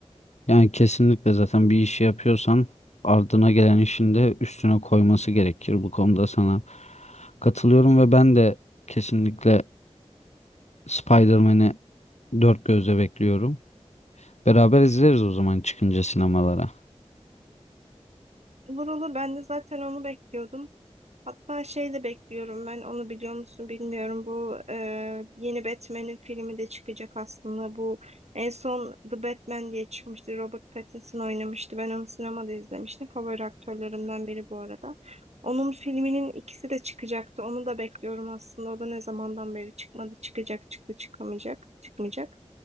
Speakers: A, on the left (about 75°); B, on the right (about 70°).
A: Yani kesinlikle zaten bir işi yapıyorsan ardına gelen işin de üstüne koyması gerekir. Bu konuda sana katılıyorum ve ben de kesinlikle Spider-Man'i dört gözle bekliyorum. Beraber izleriz o zaman çıkınca sinemalara.
B: Olur olur ben de zaten onu bekliyordum. Hatta şey de bekliyorum ben onu biliyor musun bilmiyorum. Bu e, yeni Batman'in filmi de çıkacak aslında. Bu en son The Batman diye çıkmıştı. Robert Pattinson oynamıştı. Ben onu sinemada izlemiştim. Favori aktörlerimden biri bu arada. Onun filminin ikisi de çıkacaktı. Onu da bekliyorum aslında. O da ne zamandan beri çıkmadı. Çıkacak çıktı çıkamayacak. Çıkmayacak.